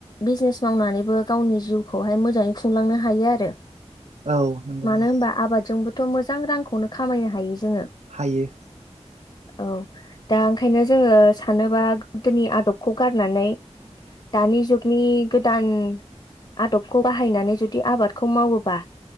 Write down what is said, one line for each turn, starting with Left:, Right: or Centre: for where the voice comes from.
Left: बिजनेस मावनानैबो गावनि जिउखौहाय मोजाङै खुंलांनो हायो आरो
Right: औ नंगौ
Left: मानो
Right: नंगौ
Left: होनबा आबादजोंबो थ' मोजां रांखौनो खामायनो हायो जोङो।
Right: हायो।
Left: औ दा ओंखायनो जोङो सानोबा गोदोनि आदबखौ गारनानै दानि जुगनि गोदान आदबखौ बाहायनानै जुदि आबादखौ मावोबा